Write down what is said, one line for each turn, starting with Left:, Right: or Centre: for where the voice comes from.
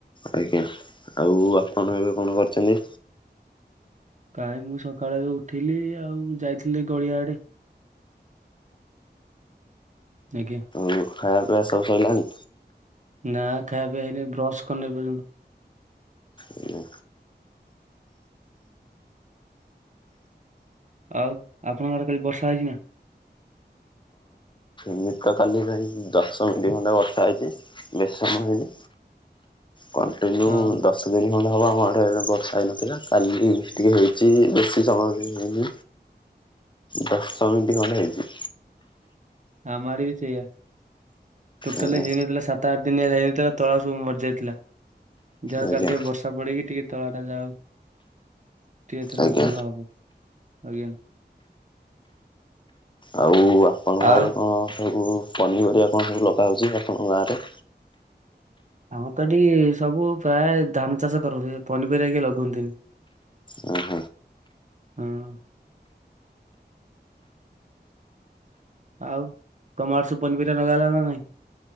Left: ଆଜ୍ଞା ଆଉ ଆପଣ ଏବେ କଣ କରିଛନ୍ତି।
Right: କାଇଁ ମୁଁ ସକାଳେ ଏବେ ଉଠିଲି ଆଉ ଯାଇଥିଲି ଗଡିଆ ଆଡେ। ଆଜ୍ଞା।
Left: ଉ ଖାଇବା ପିଇବା ସବୁ ସଇଲାଣି।
Right: ନା ଖାଇଆ ପିଆ ହେଇନି ବ୍ରସ୍ କରିନି ଏପରଜନ୍ତ।
Left: ଆଜ୍ଞା।
Right: ଆଉ ଆପଣଙ୍କ ଆଡେ କାଲି ବର୍ଷା ହେଇଛି ନା।
Left: ମିତ୍ର କାଲି ଭାଇ ଦଶ ମିନଟ୍ ଖଣ୍ଟେ ବର୍ଷା ହେଇଛି ବେସି ସମୟ ହେଇନି। କଣ୍ଟିନ୍ୟୁ
Right: ହଁ
Left: ଦଶ ଦିନ ଖଣ୍ଡେ ହବ ଆ ଆମ ଆଡ଼େ ହେଲେ ବର୍ଷା ହେଇନଥିଲା କାଲି ଟିକେ ହେଇଛି ବେଶୀ ସମୟ ବି ହେଇନି। ଦଶ ମିନିଟ ଖଣ୍ଡେ ହେଇଚି।
Right: ଆମ ଆଡେ ବି ସେଇଆ ଟୋଟାଲ
Left: ଆଜ୍ଞା
Right: ହେଇନଥିଲା ସାତ ଆଠ ଦି ନି ହେଲା ହେଇ ନଥିଲା ତଳା ସବୁ ମରିଯାଇଥିଲା ଯା ହଉ
Left: ଆଜ୍ଞା
Right: କାଲି ଟିକେ ବର୍ଷା ପଡିକି ଟିକେ। ତଳା ଟା ଯା ହଉ ଟିକେ ଏଥର
Left: ଆଜ୍ଞା।
Right: ଭଲ ହବ। ଆଜ୍ଞା।
Left: ଆଉ ଆପଣଙ୍କ
Right: ଆଉ
Left: ଆଡେ କଣ ସବୁ। ପନିପରିବା କଣ ସବୁ ଲଗାହଉଛି ଆପଣଙ୍କ ଗାଁରେ।
Right: ଆମର ତ ଏଠି ସବୁ ପ୍ରାୟ ଧାନ ଚାଷ କରନ୍ତି ପନିପରିବା କିଏ ଲଗଉନ୍ତିନି।
Left: ଆ।
Right: ହଁ। ଆଉ ତମ ଆଡେ ସବୁ ପନିପରିବା ଲଗାହେଲା ନା ନାଇଁ।